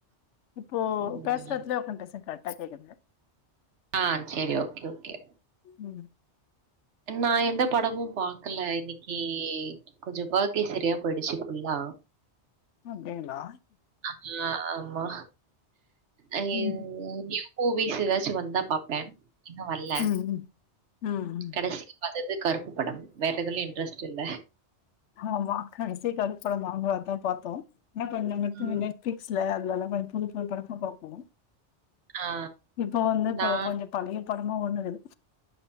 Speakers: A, on the left; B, on the right.
A: இப்போ
B: ம்
A: பேசற எத்துலயே உக்காது பேசுங்க கரெக்ட்டா கேக்குதுங்க
B: ஆ செரி ஓக்கே ஓக்கே
A: ம்
B: நா எந்த படமு பாக்கல இன்னிக்கி கொஞ்ச வோர்கே செரியா போயிடுச்சு ஃபுல்லா
A: அப்டிங்ளா
B: அது ஆமா அ
A: ம்
B: நீயூ மூவிஸ் எதாச் வந்தா பாப்பே இன்னு வர்ல
A: ம் ம்
B: கடைசி பாத்தது கருப்பு படம் வேற எதுலியோஇன்ட்ரெஸ்ட் இல்ல
A: ஆமா கடைசி கருப்பு படதா பாத்தோ பாத்தோ
B: ம்.
A: <unintelligible> பிக்ஸ்ல அதுலல்லா கொஞ்ச புது புது படமா பாப்போ
B: ஆ
A: இப்ப வந்து இப்ப
B: நான்
A: கொஞ்சொ பலய படமா ஓட்னுக்கிது